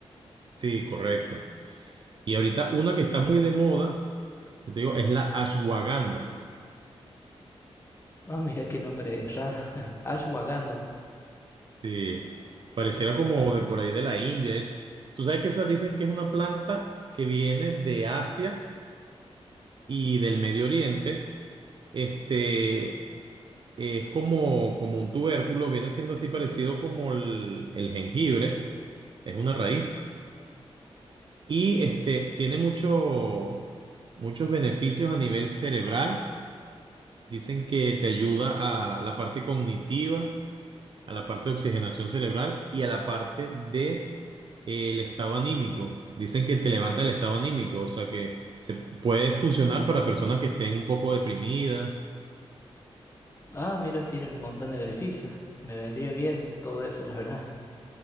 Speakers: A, on the right (about 50°); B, on the left (about 25°).
A: Sí, correcto. Y ahorita una que está muy de moda, yo te digo, es la ashwagandha.
B: Ah, mira qué nombre raro. <laughs> Ashwagandha.
A: Sí, pareciera
B: Y,
A: como de por ahí de la India. Es, tú sabes que esas dicen que es una planta que viene de Asia y del Medio Oriente. Este, es como, como un tubérculo, viene siendo así parecido como el el jengibre Es una raíz. Y este, tiene mucho, muchos beneficios a nivel cerebral. Dicen que te ayuda a la parte cognitiva, a la parte de oxigenación cerebral y a la parte de, eh, el estado anímico. Dicen que te levanta el estado anímico, o sea que se puede funcionar para personas que estén un poco deprimidas.
B: ah, mira, tiene un montón de beneficios. Me vendría bien todo eso, la verdad.